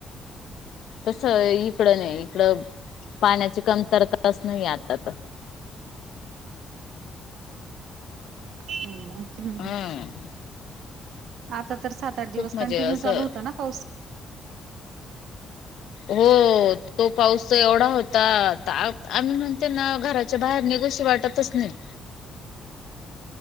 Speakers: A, on the left; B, on the right.
A: तसं इकडं नाही, इकडं पाण्याची कमतरताच नाहीये आता तर.
B: हम्म हं.
A: हम्म
B: आता तर सात आठ
A: खूप
B: दिवस
A: म्हणजे
B: कंटिन्यू
A: असं
B: चालू होताना पाऊस
A: हो, तो पाऊस एवढा होता, त आम्ही म्हणते ना घराच्या बाहेर निघोशी वाटत तच नाही.
B: हं <inaudible>